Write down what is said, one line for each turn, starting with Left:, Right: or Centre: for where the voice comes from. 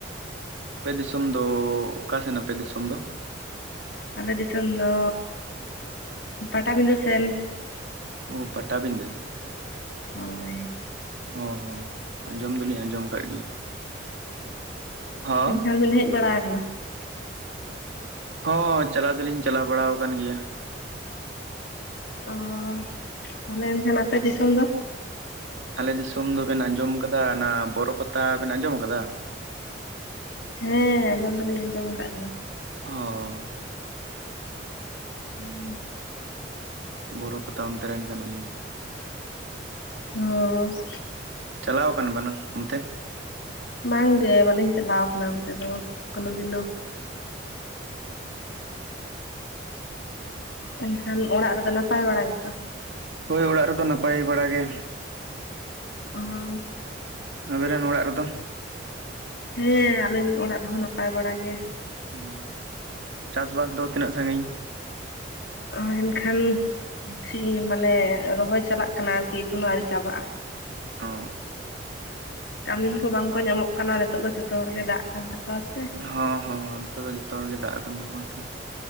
Right: ᱟᱯᱮ ᱫᱤᱥᱚᱢ ᱫᱚ ᱚᱠᱟ ᱥᱮᱱ ᱟᱯᱮ ᱫᱤᱥᱚᱢ ᱫᱚ?
Left: ᱟᱞᱮ ᱫᱤᱥᱚᱢ ᱫᱚ ᱯᱟᱴᱟᱵᱤᱸᱫᱟᱹ ᱥᱮᱱ᱾
Right: ᱚ ᱯᱟᱴᱟᱵᱤᱸᱫᱟᱹ,
Left: ᱦᱳᱭ
Right: ᱦᱚᱸ ᱦᱚᱸ ᱟᱸᱡᱚᱢ ᱫᱚᱞᱤᱧ ᱟᱸᱡᱚᱢ ᱟᱠᱟᱫ ᱜᱮᱭᱟ᱾ ᱦᱚᱸ
Left: ᱮᱱᱠᱷᱟᱱ ᱵᱤᱱ ᱦᱮᱡ ᱵᱟᱲᱟ ᱟᱠᱟᱱᱟ᱾
Right: ᱦᱚᱸ ᱪᱟᱞᱟ ᱫᱚᱞᱤᱧ ᱪᱟᱞᱟᱣ ᱵᱟᱲᱟᱣ ᱟᱠᱟᱱ ᱜᱮᱭᱟ᱾
Left: ᱚ ᱛᱟᱦᱚᱞᱮ ᱮᱱᱠᱷᱟᱱ ᱟᱯᱮ ᱫᱤᱥᱚᱢ ᱫᱚ?
Right: ᱟᱞᱮ ᱫᱤᱥᱚᱢ ᱫᱚ ᱵᱮᱱ ᱟᱸᱡᱚᱢ ᱟᱠᱟᱫᱟ, ᱚᱱᱟ ᱵᱚᱨᱚ ᱯᱟᱛᱟ ᱵᱮᱱ ᱟᱸᱡᱚᱢ ᱟᱠᱟᱫᱟ᱾
Left: ᱦᱮᱸ ᱟᱸᱡᱚᱢ ᱫᱚᱞᱤᱧ ᱟᱸᱡᱚᱢ ᱟᱠᱟᱫ ᱜᱮᱭᱟ᱾
Right: ᱚᱻ
Left: <unintelligible>
Right: ᱵᱚᱨᱚ ᱯᱟᱛᱟ ᱚᱱᱛᱮ ᱨᱮᱱ ᱠᱟᱱᱟᱞᱤᱧ᱾
Left: <unintelligible>
Right: ᱪᱟᱞᱟᱣ ᱠᱟᱱ ᱵᱤᱱ ᱚᱱᱛᱮ
Left: ᱵᱟᱝ ᱜᱮ ᱵᱟᱞᱤᱧ ᱪᱟᱞᱟᱣ ᱠᱟᱱᱟ ᱚᱱᱛᱮ ᱫᱚ ᱠᱳᱱᱳ ᱫᱤᱱᱳ᱾ ᱮᱱᱠᱷᱟᱱ ᱚᱲᱟᱜ ᱨᱮᱫᱚ ᱱᱟᱯᱟᱭ ᱵᱟᱲᱟ ᱜᱮᱛᱚ?
Right: ᱦᱳᱭ ᱚᱲᱟᱜ ᱨᱮᱫᱚ ᱱᱟᱯᱟᱭ ᱵᱟᱲᱟ ᱜᱮ᱾
Left: ᱚ
Right: ᱟᱵᱤᱱ ᱨᱮᱱ ᱚᱲᱟᱜ ᱨᱮ ᱫᱚ?
Left: ᱦᱮᱸ ᱟᱹᱞᱤᱧ ᱚᱲᱟᱜ ᱨᱮᱦᱚᱸ ᱱᱟᱯᱟᱭ ᱵᱟᱲᱟ ᱜᱮ᱾
Right: ᱦᱚᱸ ᱪᱟᱥ ᱵᱟᱥ ᱫᱚ ᱛᱤᱱᱟᱹᱜ ᱥᱟᱹᱜᱤᱧ?
Left: ᱱᱚᱜ-ᱚᱭ ᱮᱱᱠᱷᱟᱱ ᱥᱤ ᱢᱟᱱᱮ ᱨᱚᱦᱚᱭ ᱪᱟᱞᱟᱜ ᱠᱟᱱᱟ ᱟᱨᱠᱤ ᱮᱠᱷᱚᱱᱳ ᱟᱨᱣᱨᱤ ᱪᱟᱵᱟᱜ-ᱟ᱾
Right: ᱚ
Left: ᱠᱟᱹᱢᱤᱱ ᱠᱚ ᱵᱟᱝ ᱠᱚ ᱧᱟᱢᱚᱜ ᱠᱟᱱᱟ᱾ ᱱᱤᱛᱚᱜ ᱫᱚ ᱡᱷᱚᱛᱚ ᱦᱚᱲ ᱜᱮ ᱫᱟᱜ ᱟᱠᱟᱱ ᱛᱟᱠᱚᱣᱟ ᱥᱮ᱾
Right: ᱦᱚᱸ ᱦᱚᱸ ᱦᱚᱸ ᱱᱤᱛ ᱫᱚ ᱡᱷᱚᱛᱚ ᱦᱚᱲ ᱜᱮ ᱫᱟᱜ ᱟᱠᱟᱱ ᱛᱟᱠᱚᱣᱟ ᱛᱚ᱾